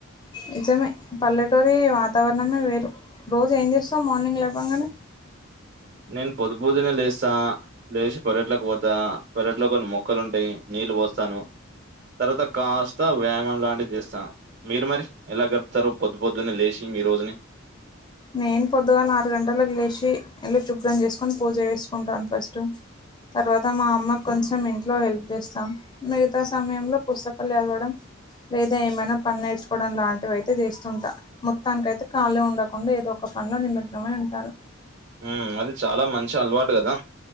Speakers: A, on the left; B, on the right.
A: నిజమే పల్లెటూరి వాతావరణమే వేరు రోజు ఏం చేస్తావు మార్నింగ్ లేవంగానే
B: నేను పొద్దుపొద్దుని లేస్తా లేచి పెరట్లేకి పోతా పెరట్లో కొన్ని మొక్కలు ఉంటాయి నీళ్లు పోస్తాను తర్వాత కాస్త వ్యాయామం లాంటివి చేస్తా మీరు మరి ఎలా గడపుతారు పొద్దు పొద్దుని లేచి మీ రోజుని
A: నేను పొద్దుగాల ఆరు గంటల లేచి ఇల్లు శుభ్రం చేసుకుని పూజ చేసుకుంటాను ఫస్ట్ తర్వాత మా అమ్మ కొంచెం ఇంట్లో హెల్ప్ చేస్తా మిగతా సమయంలో పుస్తకాలు చదవడం ఏది ఏమైనా పని నేర్చుకోవడం లాంటివి అయితే చేస్తుంటా మొత్తానికి అయితే ఖాళీ ఉండ కాకుండా ఏదో ఒక పనిలో నిమగ్నమై ఉంటాను
B: ఉ అది చాలా మంచి అలవాటు కదా